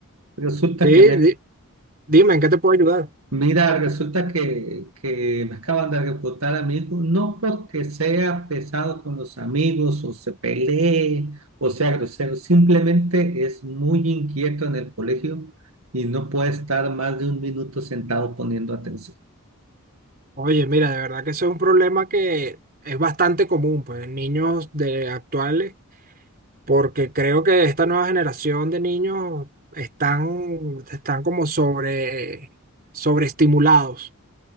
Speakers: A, on the right; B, on the right.
A: Resulta
B: Sí,
A: que me,
B: di- dime, ¿en qué te puedo ayudar?
A: Mira, resulta que, que me acaban de reportar amigos, no porque sea pesado con los amigos o se pelee o sea grosero, simplemente es muy inquieto en el colegio y no puede estar más de un minuto sentado poniendo atención.
B: Oye, mira, de verdad que ese es un problema que es bastante común, pues, en niños de actuales, porque creo que esta nueva generación de niños están, están como sobre, sobreestimulados